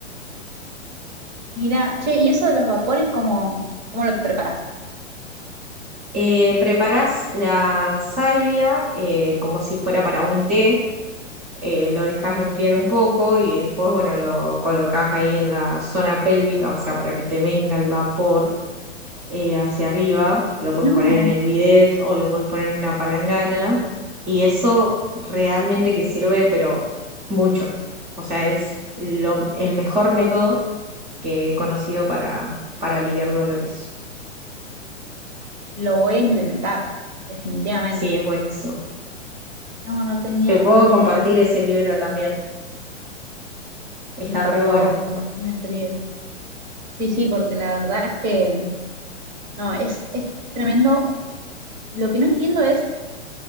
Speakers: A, on the right; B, on the right.
A: Mira, che, ¿y eso de los vapores, cómo, cómo lo preparás?
B: Eh, preparás la salvia eh, como si fuera para un té, eh, lo dejas enfriar un poco y después, bueno, lo colocas ahí en la zona pélvica, o sea, para que te venga el vapor eh, hacia arriba, lo
A: No,
B: puedes poner en el bidet o lo puedes poner en una palangana y eso realmente que sirve, pero mucho. O sea, es lo, el mejor método que he conocido para, para aliviar dolores.
A: lo voy a implementar, definitivamente.
B: Sí, es buenísimo.
A: No, no tenía
B: Te puedo
A: ni
B: compartir
A: idea.
B: ese libro también. Está
A: Y por
B: re
A: favor,
B: bueno.
A: compartime ese libro. Sí, sí, porque la verdad es que, no, es, es tremendo. Lo que no entiendo es